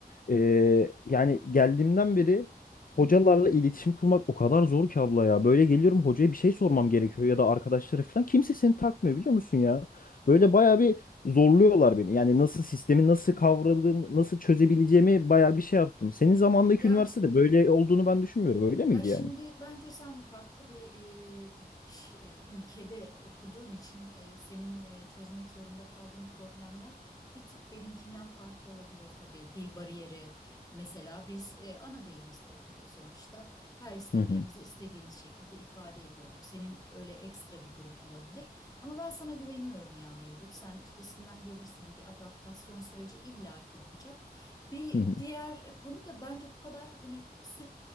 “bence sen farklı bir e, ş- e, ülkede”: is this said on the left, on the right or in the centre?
Left